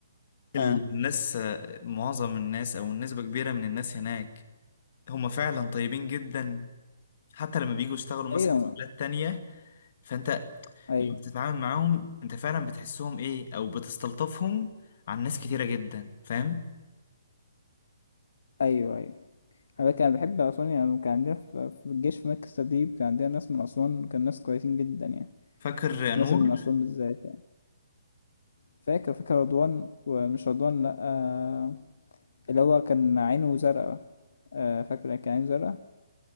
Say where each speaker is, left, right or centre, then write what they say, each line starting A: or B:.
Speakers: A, on the left; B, on the left.
A: الناس
B: اه
A: معظم الناس او نسبة كبيرة من الناس هناك هم فعلا طيبين جدا حتى لما بييجوا يشتغلوا مثلا
B: ايوه
A: في بلاد تانية فانت
B: ايوه
A: لما بتتعامل معاهم انت فعلا بتحسهم ايه او بتستلطفهم عن ناس كتيرة جدا فاهم
B: ايوه ايوه انا كان بحب اسوان يعني كان عندنا في في الجيش في مركز تدريب كان عندنا ناس من اسوان كان ناس كويسين جدا يعني
A: فاكر
B: ناس
A: نور
B: من اسوان بالذات يعني فاكر فاكر رضوان ومش رضوان لا آه، اللي هو كان عينه زرقا آه، فاكرة كان عينه زرقا